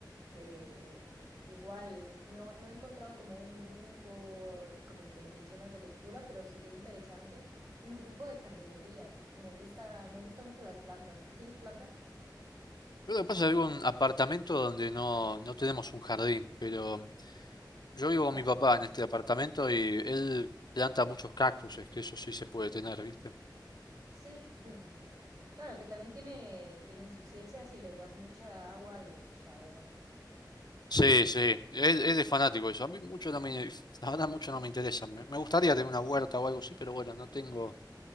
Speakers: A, on the right (about 55°); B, on the left (about 60°).
A: que igual no, no he encontrado como un grupo como el que me mencionas de lectura, pero sería interesante un grupo de jardinería, porque me gusta, me gustan mucho las plantas. ¿Tú tienes plantas?
B: Pero lo que pasa es que vivo en un apartamento donde no, no tenemos un jardín, pero Yo vivo
A: Ya,
B: con mi papá en este apartamento y él planta muchos cactuses, que eso sí se puede tener, ¿viste?
A: sí. <laughs> Claro, que también tiene, tienen su ciencia, si les das mucha agua, los ahogas.
B: Sí, sí, él, él es fanático de eso. A mí mucho no me, la verdad mucho no me interesa. Me, me gustaría tener una huerta o algo así, pero bueno, no tengo,